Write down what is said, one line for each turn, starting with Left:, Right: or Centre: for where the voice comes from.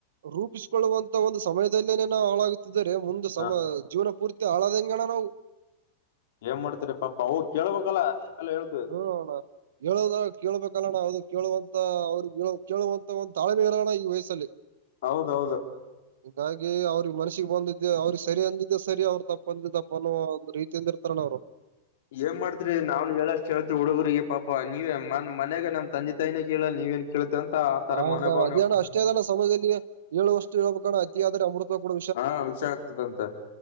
Right: ರೂಪಿಸಿಕೊಳ್ಳುವಂತ ಒಂದು ಸಮಯದದಲ್ಲಿೇನೇ ನಾ ಹಾಳಾಗುತ್ತಿದ್ದರೆ ಮುಂದ ಸಮ
Left: ಹ
Right: ಜೀವನ ಪೂರ್ತಿ, <unintelligible>
Left: ಏನ್ ಮಾಡ್ತಾರೀ ಪಾಪಾ ಅವು ಕೇಳಳ್ಬೇಕಲ್ಲಲ್ಲ ನಾವೆಲ್ಲ ಹೇಳ್ತೀವಿ.
Right: <inaudible> ಹೇಳದ ಕೇಳಳ್ಬೇಕಲ್ಲಣ ಅದು ಕೇಳುವಂತ, ಅವ್ರಗ್ ಕೇಳುವಂತಹ ಒಂದು ತಾಳ್ಮೆ ಇಲ್ ಅಣ್ಣ ಈ ವಯಸ್ಸಲ್ಲಿ.
Left: ಹೌದೌದು.
Right: ಹಾಗಾಗಿ ಅವ್ರಿಗೆ ಮನಸ್ಸಿಗೆ ಬಂದಿದ್ದೆ ಅವ್ರಿಗೆ ಸರಿ ಅಂದಿದ್ದೆ ಸರಿ ಅವ್ರು ತಪ್ಪ ಅಂದಿದ್ದ ತಪ್ಪ ಅನ್ನೋ ಒಂದು ರೀತಿಯಿಂದ ಇರ್ತಾರ ಅಣ್ಣ ಅವ್ರು
Left: ಏನ್ ಮಾಡ್ತ್ರಿ ನಾವ್ನು ಹೇಳಷ್ಟ್ ಹೇತಿವಿ ಹುಡುಗ್ರಗಿ ಪಾಪ ನೀವ ನನ್ ಮಯಾಗ ನಮ್ ತಂದೆ ತಾಯಿನಾಗ ಹೇಳ ನೀವೇನ್ <unintelligible>
Right: ಹಾ
Left: ಮನೋಭಾವನೆ
Right: ಆದೇಣ್ಣ ಅಷ್ಟೇ ಸಮದಲ್ಲಿ ಏಳು ವರ್ಷ ಹೇಳಬೇಕಣ ಅತಿಯಾದ್ರೆ ಅಮೃತ, ಕೂಡ
Left: ಹಾ ವಿಷ ಆಗ್ತದಂತ.